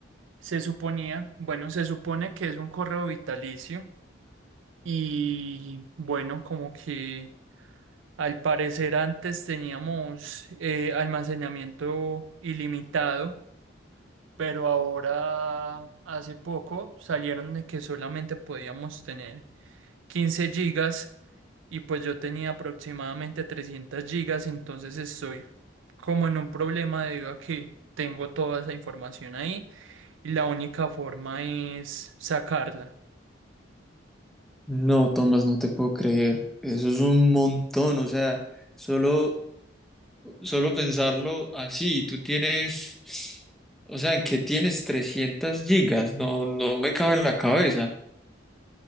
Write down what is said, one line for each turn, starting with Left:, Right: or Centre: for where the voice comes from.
Right: se suponía, bueno, se supone que es un correo vitalicio y bueno, como que... Al parecer antes teníamos eh, almacenamiento ilimitado, pero ahora hace poco salieron de que solamente podíamos tener 15 gigas y pues yo tenía aproximadamente 300 gigas, entonces estoy como en un problema debido a que tengo toda esa información ahí y la única forma es sacarla.
Centre: No, Tomás, no te puedo creer. Eso es un montón. O sea, solo, solo pensarlo así. Tú tienes, o sea, ¿en ¿qué tienes trescientas gigas. No, no me cabe en la cabeza.